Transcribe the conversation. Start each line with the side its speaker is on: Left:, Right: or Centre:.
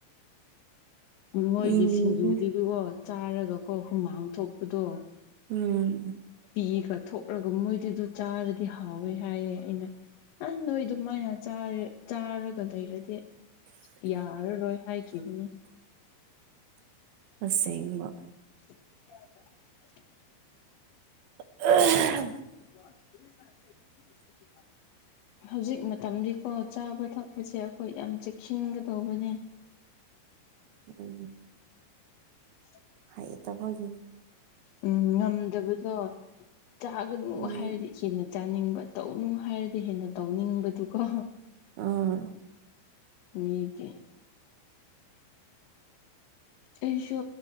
Left: ꯃꯣꯏꯒꯤ
Right: ꯃꯤ ꯃꯤꯒꯤ
Left: ꯁꯤꯡꯖꯨꯗꯤꯀꯣ ꯆꯥꯔꯒꯀꯣ ꯍꯨꯃꯥꯡ ꯊꯣꯛꯄꯗꯣ
Right: ꯎꯝ
Left: ꯄꯤꯒ ꯊꯣꯛꯂꯒ ꯃꯣꯏꯗꯨ ꯑꯗꯨ ꯆꯥꯔꯗꯤ ꯍꯥꯎꯋꯦ ꯍꯥꯏꯌꯦ ꯑꯩꯅ ꯑ ꯅꯣꯏꯗꯨ ꯃꯅ ꯆꯥꯔꯦ ꯆꯥ ꯑ ꯂꯩꯔꯗꯤ ꯌꯥꯔꯔꯣꯏ ꯍꯥꯏꯈꯤꯕꯅꯤ
Right: ꯑꯁꯦꯡꯕ
Left: <unintelligible>
Right: <unintelligible>
Left: <unintelligible>
Right: <inaudible>
Left: ꯍꯧꯖꯤꯛ ꯃꯇꯝꯗꯤꯀꯣ ꯆꯥꯕ ꯊꯛꯄꯁꯦ ꯑꯩꯈꯣꯏ ꯌꯥꯝ ꯆꯦꯛꯁꯤꯟꯒꯗꯧꯕꯅꯦ
Right: ꯎꯝ
Left: ꯎ
Right: ꯍꯥꯏ ꯇ ꯍꯒ
Left: ꯎꯝ ꯉꯝꯗꯕꯗꯣ ꯆꯥꯒꯅꯨ
Right: ꯎꯝ
Left: ꯍꯥꯏꯔꯗꯤ ꯍꯦꯟꯅ ꯆꯥꯅꯤꯡꯕ ꯇꯧꯅꯨ ꯍꯥꯏꯔꯗꯤ ꯍꯦꯟꯅ ꯇꯧꯅꯤꯡꯕꯗꯨ ꯀ
Right: ꯑꯥ
Left: ꯃꯤ ꯀꯦ ꯑꯩꯁꯨ